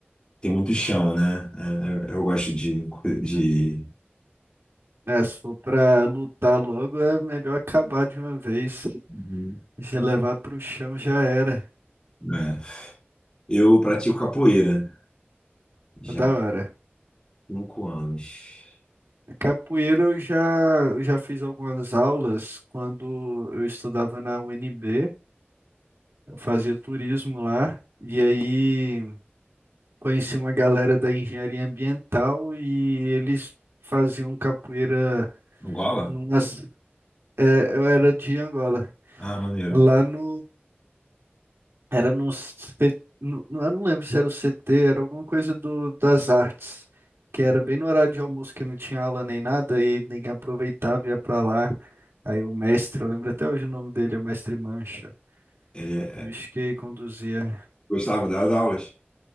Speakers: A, on the left; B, on the right.
A: tem muito chão, né? É, eu, eu gosto de, de...
B: É, se for pra lutar logo, é melhor acabar de uma vez.
A: Uhum.
B: Se levar pro chão já era.
A: É. Eu pratico capoeira já
B: É Da
A: há
B: hora.
A: cinco anos.
B: Capoeira eu já, eu já fiz algumas aulas quando eu estudava na UNB, eu fazia turismo lá, e aí conheci uma galera da engenharia ambiental e eles faziam capoeira
A: Angola?
B: numas, é, eu era de Angola,
A: Ah, maneiro.
B: lá no Era no, C- no- no- eu não lembro se era o CT, era alguma coisa do, das artes, que era bem no horário de almoço que não tinha aula nem nada e ninguém aproveitava e ia pra lá. Aí o mestre, eu lembro até hoje o nome dele, é o mestre Mancha,
A: Ele é-
B: o bicho que conduzia.
A: Gostava das aulas?